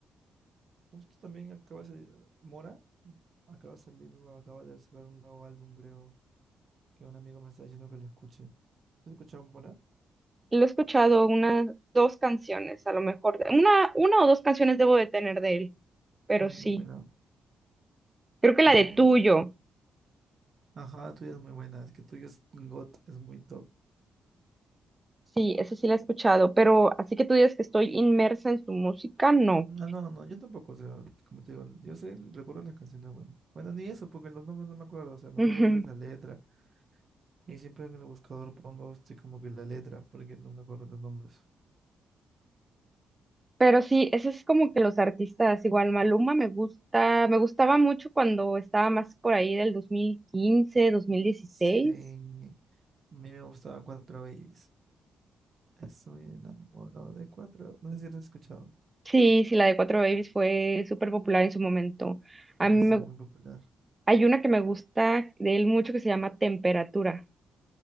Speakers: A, on the right; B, on the right.
A: Justo también acaba de salir. Mora acaba de salir, o acaba de sacar un nuevo álbum, creo. Que un amigo me está diciendo que lo escuche. ¿Has escuchado Mora?
B: Lo he escuchado unas dos canciones, a lo mejor. Una, una o dos canciones debo de tener de él, pero
A: Ah,
B: sí.
A: no, mira.
B: Creo que la
A: eh,
B: de Tuyo,
A: ajá, tuya es muy buena. Es que tuya es God es muy top.
B: sí, esa sí la he escuchado, pero así que tú digas que estoy inmersa en su música, no.
A: No, no, no, yo tampoco, o sea, como te digo, yo sé, el- recuerdo las canciones buenas. Bueno, ni eso, porque los nombres no me acuerdo, o sea, me
B: Ujú.
A: acuerdo a veces la letra, y siempre en el buscador pongo este, como que la letra, porque no me acuerdo los nombres.
B: Pero sí, ese es como que los artistas, igual Maluma me gusta, me gustaba mucho cuando estaba más por ahí del dos dos mil quince dos mil dieciséis
A: Sí, a mí me gustaba Cuatro Babies. Estoy enamorado de Cuatro, no sé si lo has escuchado.
B: Sí, sí, la de Cuatro Babies fue súper popular en su momento. A
A: Sí,
B: mí
A: sí,
B: me,
A: muy popular.
B: hay una que me gusta de él mucho que se llama Temperatura.